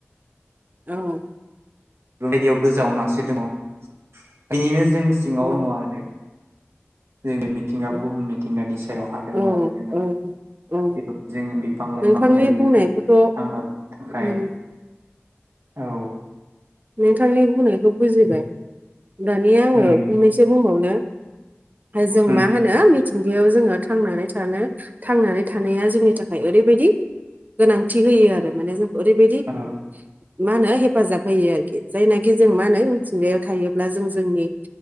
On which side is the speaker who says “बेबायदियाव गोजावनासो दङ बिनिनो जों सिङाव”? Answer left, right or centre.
Right